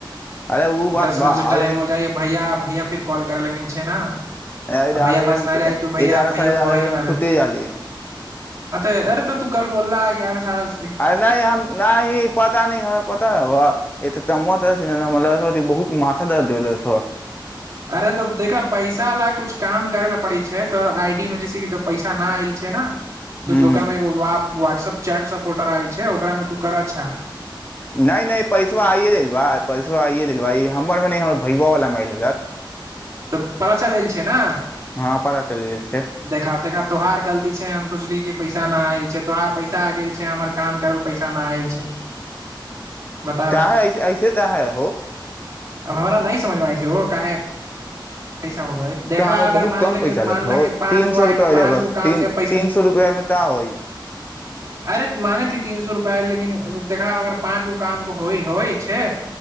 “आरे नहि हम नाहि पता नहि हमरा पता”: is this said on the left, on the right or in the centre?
Left